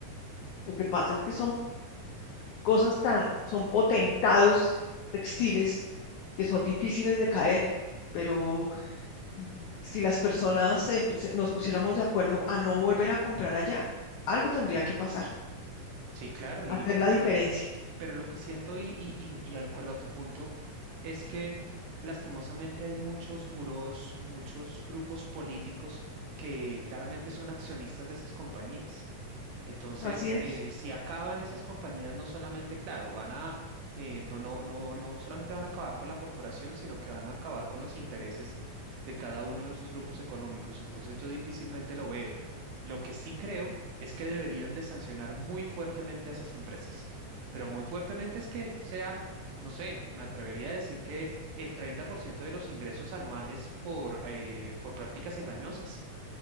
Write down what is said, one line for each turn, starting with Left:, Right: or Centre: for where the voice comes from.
Left: Lo que pasa es que son cosas tan, son potentados textiles que son difíciles de caer, pero mm, si las personas eh, se- nos pusiéramos de acuerdo a no volver a comprar allá, algo tendría que pasar,
Right: Sí, claro, y,
Left: hacer
Right: pe-
Left: la
Right: pero,
Left: diferencia.
Right: Pero lo que siento y, y, y- y de acuerdo a tu punto es que lastimosamente hay muchos burós, muchos grupos políticos que claramente son accionistas de esas compañías. Entonces,
Left: Así es.
Right: eh, si acaban esas compañías, no solamente, claro, van a, eh, bu- no, no, no solamente van a acabar con la corporación, sino que van a acabar con los intereses de cada uno de sus grupos económicos. Entonces, yo difícilmente lo veo. Lo que sí creo es que deberían de sancionar muy fuertemente a esas empresas, pero muy fuertemente es que sea, no sé, me atrevería a decir que el 30% de los ingresos anuales por, eh, por prácticas engañosas